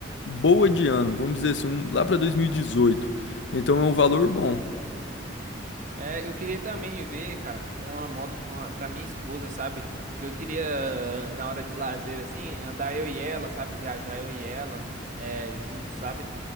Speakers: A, on the left; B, on the right.
A: boa de ano, vamos dizer assim, um- lá para dois mil e dezoito Então é um valor bom.
B: é, eu queria também ver, cara, uma moto pra, uma- pra minha esposa, sabe? Que eu queria, na hora de lazer, assim, andar eu e ela, sabe? Viajar eu e ela, é, juntos, sabe?